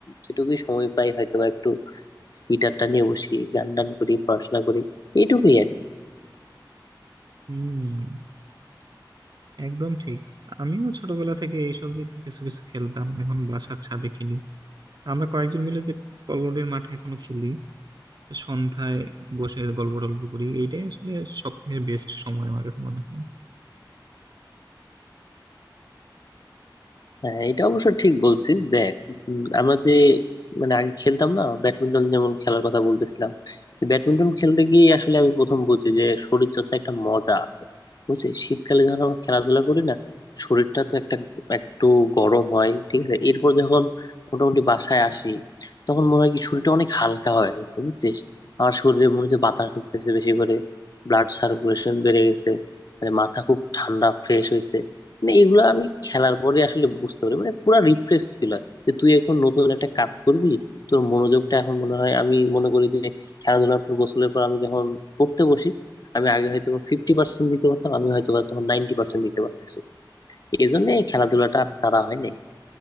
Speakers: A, on the left; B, on the right.
A: যেটুকুই সময় পাই হয়তো বা গিটারটা নিয়ে বসি গান টান করি পড়াশোনা করি এইটুকুই আর কি
B: হুম একদম ঠিক আমিও ছোটবেলা থেকে এইসব নিয়ে তো কিছু কিছু খেলতাম এখন বাসার ছাদে খেলি আমরা কয়েকজন মিলে যে কল্লোলের মাঠে এখনো খেলি সন্ধ্যায় বসে গল্প টল্প করি এইটাই আসলে সবথেকে বেস্ট সময় আমার কাছে মনে হয়
A: হ্যাঁ এটা অবশ্য ঠিক বলছিস দেখ উম, আমরা যে মানে আগে খেলতাম না ব্যাডমিন্টন যেমন খেলার কথা বলতেছিলাম ব্যাডমিন্টন খেলতে গিয়ে আসলে আমি প্রথম বুঝি যে শরীর চর্চা একটা মজা আছে বুঝছিস শীতকালে যখন আমরা খেলাধুলা করি না শরীরটা তো একটা একটু গরম হয় ঠিক আছে এরপর যখন মোটামুটি বাসায় আসি তখন মনে হয় কি শরীরটা অনেক হালকা হয়ে গেছে বুঝছিস আমার শরীরে মনে হচ্ছে বাতাস ঢুকতেছে বেশি করে ব্লাড সার্কুলেশন বেড়ে গেছে মানে মাথা খুব ঠান্ডা ফ্রেশ হয়েছে মানে এগুলো আমি খেলার পরে আসলে বুঝতে পারি মানে পুরা রিফ্রেশ ফিল হয় যে তুই এখন নতুন একটা কাজ করবি তোর মনোযোগটা এখন মনে হয় আমি মনে করি যে খেলাধুলার পর গোসলের পর আমি যখন পড়তে বসি আমি আগে হয়তো ফিফটি পার্সেন্ট দিতে পারতাম আমি হয়তো বা তখন নাইনটি পার্সেন্ট দিতে পারতেছি এই জন্য এই খেলাধুলাটা আর ছাড়া হয় নাই